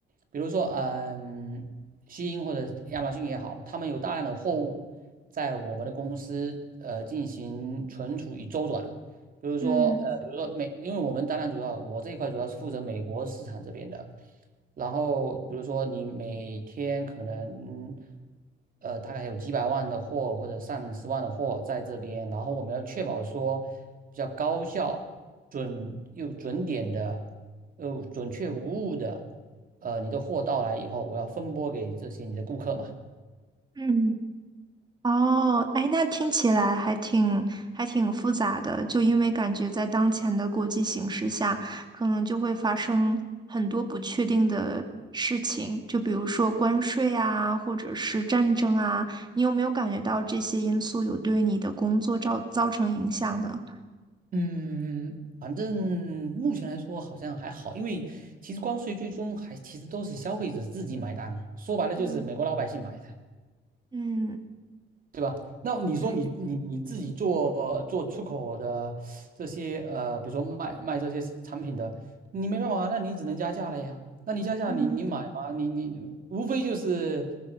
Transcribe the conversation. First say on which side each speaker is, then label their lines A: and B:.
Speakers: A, on the right; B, on the right.
A: 比如说嗯，西英或者亚马逊也好，他们有大量的货物在我们的公司呃进行存储与周转。比如说，
B: 嗯
A: 呃，比如说美，因为我们当然主要，我这一块主要是负责美国市场这边的，然后比如说你每天可能，呃，大概有几百万的货或者上十万的货在这边，然后我们要确保说比较高效、准又准点的，又准确无误的，呃，你的货到来以后，我要分拨给这些你的顾客嘛。
B: 嗯。哦，哎，那听起来还挺还挺复杂的，就因为感觉在当前的国际形势下，可能就会发生很多不确定的事情，就比如说关税啊，或者是战争啊，你有没有感觉到这些因素有对你的工作造造成影响呢？
A: 嗯，反正目前来说好像还好，因为其实关税最终还其实都是消费者自己买单，说白了就是美国老百姓买的。
B: 嗯嗯，
A: 对吧？那你说你你你自己做做出口的这些呃，
B: 对，
A: 比如说卖卖这些产品的，你没办法，那你只能加价了呀。那你加价你，
B: 嗯，
A: 你买吗？你你无非就是，